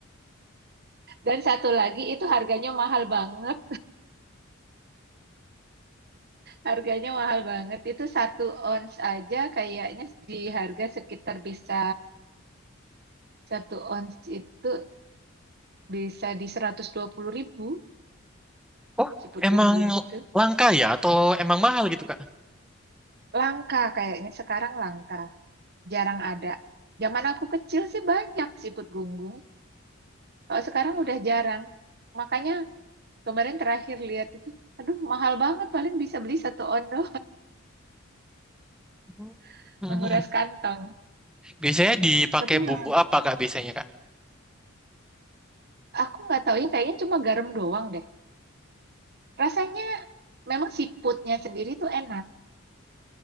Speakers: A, on the right; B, in the centre.
A: Dan satu lagi itu harganya mahal banget. Harganya mahal banget. Itu satu ons aja kayaknya di harga sekitar bisa satu ons itu bisa di seratus dua puluh ribu.
B: Oh,
A: Siput
B: emang
A: gunggung gitu.
B: langka ya? Atau emang mahal gitu, Kak?
A: langka kayaknya sekarang langka, jarang ada. Zaman aku kecil sih banyak siput gunggung, kalau sekarang udah jarang. Makanya kemarin terakhir lihat itu, aduh mahal banget paling bisa beli satu ondo
B: <laughs>
A: <laughs>
B: Mhm.
A: menguras kantong.
B: Biasanya dipakai
A: Tapi memang
B: bumbu apa, Kak, biasanya, Kak?
A: aku nggak tahu ya kayaknya cuma garam doang deh. Rasanya memang siputnya sendiri tuh enak.